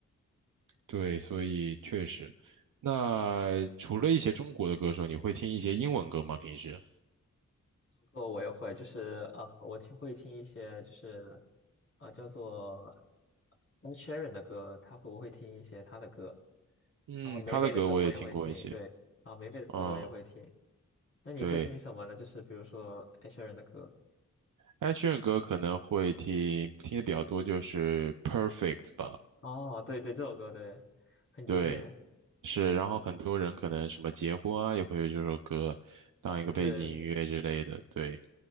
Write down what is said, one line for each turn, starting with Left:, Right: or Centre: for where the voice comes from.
Right: 对，所以确实，那除了一些中国的歌手，你会听一些英文歌吗？平时？
Left: 歌我也会，就是呃，我听会听一些就是呃叫做 Ed s h e r a n 的歌，他会不会听一些他的歌，
Right: 嗯，
Left: 然后美美的歌我也会听，
Right: 他的歌我也听过一些。
Left: 对，啊，美美的歌我也会听。
Right: 嗯，
Left: 那你会听什么呢？
Right: 对，
Left: 就是比如说 Ed s h e r a n 的歌。
Right: 艾炫歌可能会听听的比较多，就是《Perfect》吧。
Left: 哦，对对，这首歌对，很经典。
Right: 对，是。然后很多人可能什么结婚啊，也会有这首歌当一个背景音乐之类的。
Left: 对，
Right: 对，